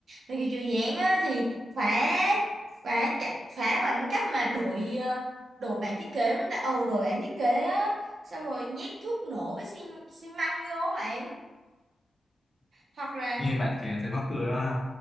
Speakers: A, on the right; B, on the left.
A: mà cái chu giảng á thì phá phá cả- phá bằng cách mà đổi ờ, đổi bảng thiết kế đúng không ta ồ đổi bảng thiết kế á xong rồi nhét thuốc nổ với xi, xi măng vô á bạn hoặc là
B: nghe bạn kể thấy mắc cười đó